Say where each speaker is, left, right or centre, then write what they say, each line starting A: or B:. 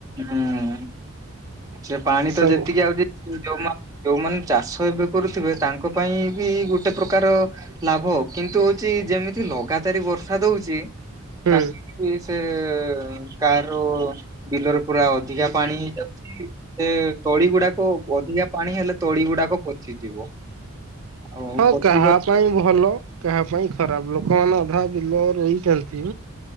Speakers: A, on the right; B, on the right.
A: ହୁଁ ସେ ପାଣି ତ
B: ସବୁ
A: ଯେତିକି ଆଉଚି ଯୋଉମା ଯୋଉମାନେ ଚାଷ ଏବେ କରୁଥିବେ ତାଙ୍କ ପାଇଁ ବି ଗୋଟେ ପ୍ରକାର ଲାଭ କିନ୍ତୁ ହଉଛି ଯେମିତି ଲଗାତାରି ବର୍ଷା ଦଉଚି।
B: ହୁଁ।
A: ତାଙ୍କୁ ହି ସେ କାରରୁ ବିଲରେ ପୁରା ଅଧିକା ପାଣି ହେଇ ଯାଉଛି। ସେ ତଳି ଗୁଡା କ ଅଧିକା ପାଣି ହେଲେ ତଳି ଗୁଡାକ ପଚିଯିବ ଆଉ
B: ହଁ
A: ପଚିଗ
B: କାହା ପାଇଁ ଭଲ କାହା ପାଇଁ ଖରାପ ଲୋକମାନେ ଅଧା ବିଲ ରୋଇ ଚନ୍ତି